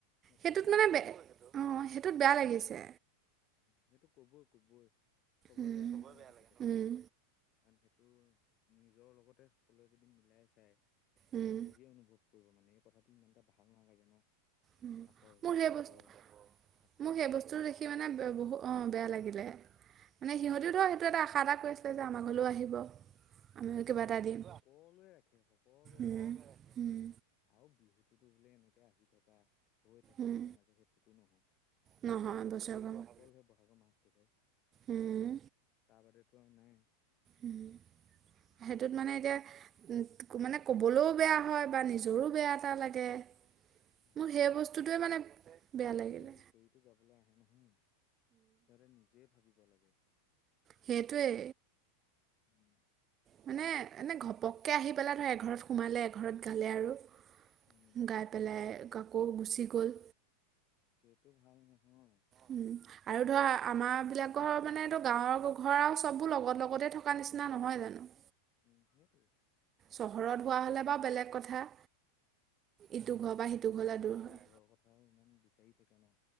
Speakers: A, on the left; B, on the right.
A: অ
B: সেইটোত
A: কবই
B: মানে
A: সেইটো
B: বে অ টোত বেয়া লাগিছে
A: সেইটো ক'বই ক'বই চবৰে
B: উম
A: বেয়া লাগে ন সেইটো কথা
B: উম
A: কাৰণ সেইটোৰ নিজৰ লগতে সকলোৱে যদি মিলাই চাই তেতিয়া
B: উম
A: নিজে অনুভৱ কৰিব মানে কথাটো ইমান এটা ভাল নেলাগে ন
B: উম
A: কাষৰ
B: মোৰ
A: ঘৰত
B: সেই
A: গাব
B: বস্তু
A: আকৌ
B: মোৰ
A: আমাৰ
B: সেই বস্তুটো
A: ঘৰত নেগায়
B: দেখি মানে বহুত অ বেয়া লাগিলে মানে সিহঁতে টো সেইটো এটা আশা এটা কৰিছিলে যে আমাৰ ঘৰলৈ ও আহিব আমিও
A: অ সেইটো
B: কিবা এটা
A: আশা
B: দিম
A: সকলোৱে ৰাখে সকলোৱে ৰাখে
B: উম
A: সেইটো আশা
B: উম
A: আৰু বিহুত বিহুত টো বোলে এনেকে আহি থকা হৈ থাকে
B: উম
A: মাজে মাজে সেইটোতো নহয় হুচৰিতো
B: নহয়
A: অহা
B: বছৰেকৰ
A: বুলি ক'লে
B: মূৰত।
A: অকলহে বহাগৰ মাাহটোহে
B: উম
A: তাৰ বাদেতো আৰু নাই
B: উম সেইটোত মানে এতিয়া উ মানে কবলৈও বেয়া হয় বা নিজৰো বেয়া এটা লাগে।
A: অ
B: মোৰ
A: সেইটো
B: সেই বস্তুটোৱে
A: আছে আচলতে
B: মানে বেয়া
A: যিয়ে
B: লাগিলে
A: হুঁচৰিটো গাবলে আহে নহয়। সিহঁতে নিজে ভাবিব লাগে।
B: সেইটোৱে
A: উম
B: মানে এনে ঘপককে আহি পেলাই ধৰক এঘৰত সোমালে গালে আৰু
A: উম উম
B: গাই পেলাই
A: সেই
B: আকৌ গুচি গ গ'ল
A: সেইটো ভাল নহয়
B: উম আৰু ধৰা আমাৰাবিলাক ঘৰ মানেতো গাঁৱৰ ঘৰ আৰু চববোৰ লগত লগতে। থকা নিচিনা নহয় জানো
A: উম সেইটোৱে
B: চহৰত হোৱা হ'লে বা বেলেগ কথা ইটো
A: অ
B: ঘৰৰ
A: কাৰণ
B: পৰা সিটো
A: আমাৰ
B: ঘৰলৈ
A: ইঘৰে
B: দূৰ হয়
A: সি ঘৰৰ কথাও ইমান বিচাৰি থাকে ন